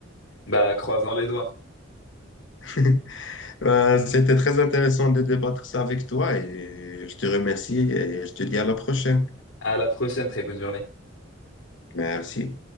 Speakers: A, on the left (about 85°); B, on the left (about 65°).
A: Bah, croisons les doigts.
B: <laughs> Euh, c'était très intéressant de débattre ça avec toi et je te remercie et je te dis à la prochaine.
A: À la prochaine, très bonne journée.
B: Merci.